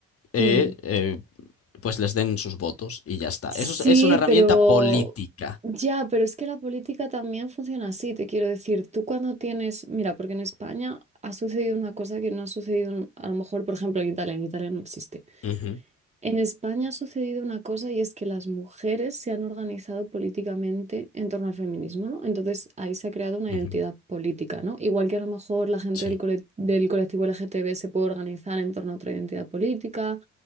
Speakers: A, on the left; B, on the right.
A: eh,
B: mm.
A: eh, pues les den sus votos y ya está.
B: Sí,
A: Eso es, es una herramienta
B: pero
A: política.
B: ya, pero es que la política también funciona así, te quiero decir, tú cuando tienes, mira, porque en España ha sucedido una cosa que no ha sucedido en- a lo mejor, por ejemplo, en Italia, en Italia no existe.
A: Ujú,
B: En España ha sucedido una cosa y es que las mujeres se han organizado políticamente en torno al feminismo, ¿no? Entonces ahí se ha creado una
A: ujú,
B: identidad política, ¿no? Igual que a lo mejor la gente
A: Sí.
B: del, cole- del colectivo LGTB se puede organizar en torno a otra identidad política